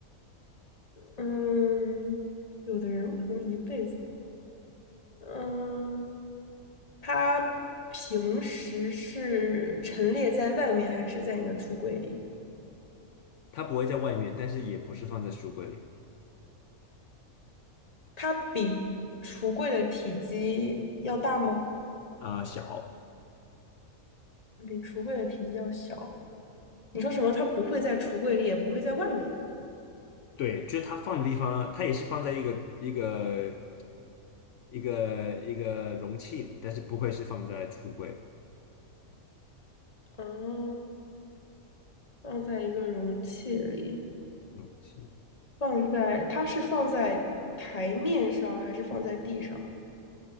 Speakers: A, on the left; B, on the left.
A: 嗯，有的人可能一辈子。嗯，他平时是陈列在外面还是在你的橱柜里？
B: 它不会在外面，但是也不是放在书柜里。
A: 它比橱柜的体积要大吗？
B: 啊、小，
A: 比橱柜的体积要小。你说什么？它不会在橱柜里，也不会在外面。
B: 对，就是它放的地方，它也是放在一个一个一个一个容器里，但是不会是放在橱柜
A: 嗯，放在一个容器里，
B: 容器，
A: 放在，它是放在台面上还是放在地上？